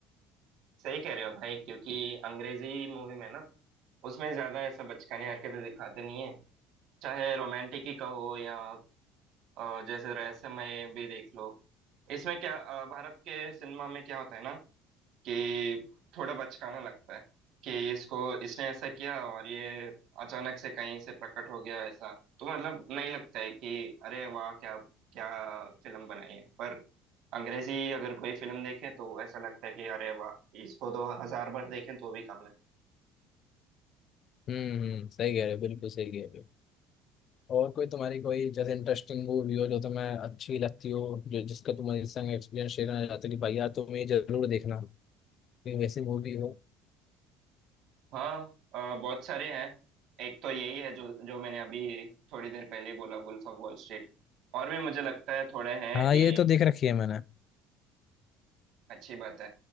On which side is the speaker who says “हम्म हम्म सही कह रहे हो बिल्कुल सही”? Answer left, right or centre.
Left